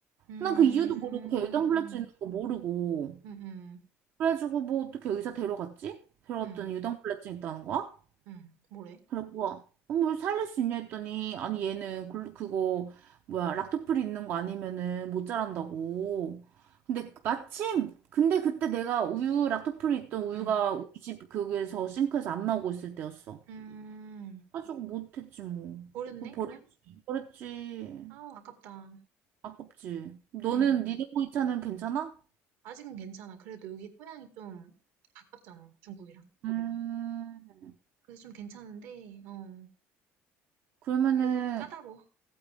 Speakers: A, on the right; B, on the right.
A: 음,
B: 난 그 이유도 모르고 걔 유당불내증 있는 거 모르고
A: 음, 음,
B: 그래가지고 뭐 어떻게 의사 데려갔지? 데려갔더니
A: 음,
B: 유당불내증 있다는 거야?
A: 음. 뭐래?
B: 그래갖고 어머 살릴 수 있냐 했더니 아니 얘는 글- 그거 뭐야 락토프리 있는 거 아니면은 못 자란다고. 근데 마침 근데 그때 내가 우유 락토프리 있던 우유가
A: 음,
B: 우리 집 그거에서 싱크에서 안 나오고 있을 때였어.
A: 음.
B: 가지고 못했지 뭐.
A: 버렸네
B: 뭐 버렸지.
A: 그냥?
B: 버렸지.
A: 아우 아깝다.
B: 아깝지. 너는
A: 음.
B: 니네 보이차는 괜찮아?
A: 아직은 괜찮아. 그래도 여기 토양이 좀 가깝잖아. 중국이랑.
B: 음.
A: 그래서 좀 괜찮은데 어.
B: 그러면은
A: 그래도 까다로워.